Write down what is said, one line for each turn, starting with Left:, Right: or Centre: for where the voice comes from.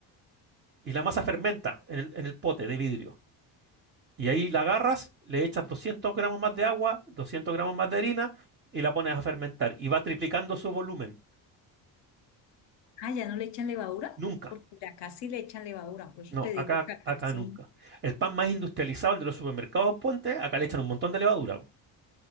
Right: Y la masa fermenta en el, en el pote de vidrio. Y ahí la agarras, le echas 200 gramos más de agua, 200 gramos más de harina y la pones a fermentar. Y va triplicando su volumen.
Left: Ah, ya no le echan levadura,
Right: Nunca.
Left: porque el de acá sí le echan levadura, por eso
Right: No,
Left: te digo
Right: acá,
Left: que acá
Right: acá
Left: sí.
Right: nunca. El pan más industrializado, el de los supermercados, ponte, acá le echan un montón de levadura, po,